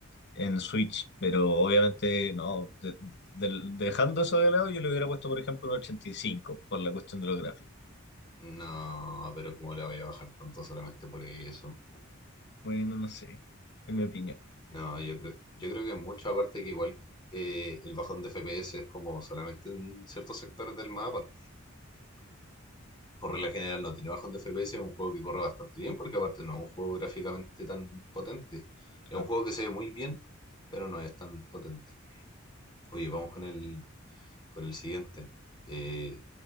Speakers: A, on the left; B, on the left.
A: en Switch, pero obviamente no, de- del- dejando eso de lado yo le hubiera puesto por ejemplo un 85 por la cuestión de los gráficos.
B: No, pero ¿cómo le vaya a bajar tanto solamente por eso?
A: Bueno, no sé, en mi opinión,
B: No, yo creo, yo creo que mucho, aparte que igual eh, el bajón de FPS es como solamente en ciertos sectores del mapa. Por regla general no tiene bajón de FPS, es un juego que corre bastante bien, porque aparte no es un juego gráficamente tan potente.
A: claro.
B: Es un juego que se ve muy bien, pero no es tan potente. Oye, vamos con el con el siguiente. Eh,